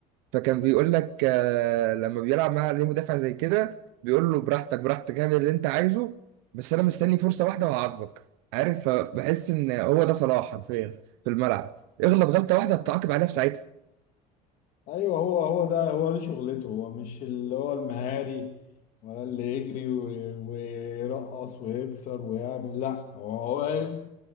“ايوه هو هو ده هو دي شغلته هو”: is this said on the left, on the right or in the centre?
Left